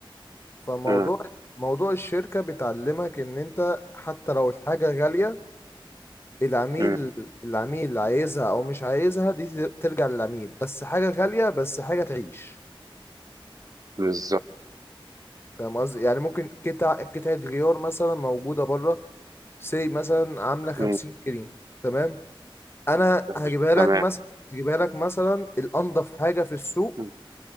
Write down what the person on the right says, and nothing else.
مم،
مم،
بالظبط
مم،
مم،
تمام
مم،